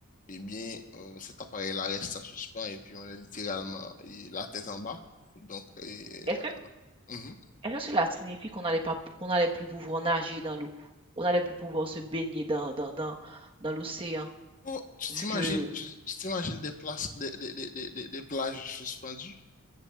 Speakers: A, on the left (about 35°); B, on the right (about 25°).
A: eh bien, euh, cet appareil-là reste en suspens et puis on est littéralement et la tête en bas. Donc, et,
B: Est-ce que,
A: euh, mhm.
B: est-ce que cela signifie qu'on n'allait pas, qu'on n'allait plus pouvoir nager dans l'eau? qu'on n'allait plus pouvoir se baigner dans, dans, dans, dans l'océan,
A: Oh, tu
B: vu
A: t'imagines,
B: que,
A: tu tu t'imagines des places, des, des, des, des, des- des plages suspendues?